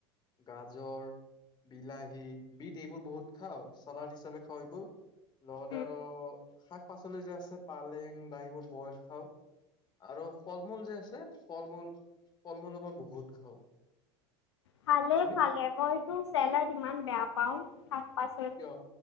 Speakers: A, on the left; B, on the left.
A: গাজৰ বিলাহী বিট এইবোৰ বহুত খাওঁ চালাড হিচাপে খাওঁ এইবোৰ লগতে
B: উম।
A: আৰু শাক পাচলি যে আছে পালেং দাইবোৰ বইল খাওঁ আৰু ফল মূল যে আছে ফল মূল ফল মূলো মই বহুত খাওঁ
B: খালে
A: তুমি
B: খালে মইতটো চেলাড ইমান বেয়া পাও শাক পাচ
A: কিয়?